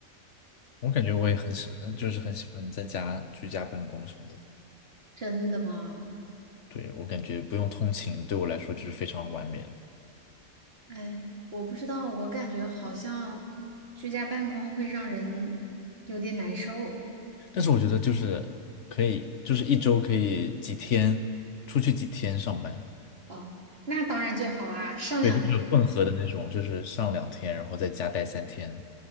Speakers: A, on the left; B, on the right.
A: 我感觉我也很喜欢，就是很喜欢在家居家办公什么的。
B: 真的吗？
A: 对，我感觉不用通勤，对我来说就是非常完美了。
B: 哎，我不知道，我感觉好像居家办公会让人有点难受。
A: 但是我觉得就是可以，就是一周可以几天出去几天上班，
B: 哦，那当然最好啦，上两。
A: 对，就是混合的那种，就是上两天，然后在家待三天，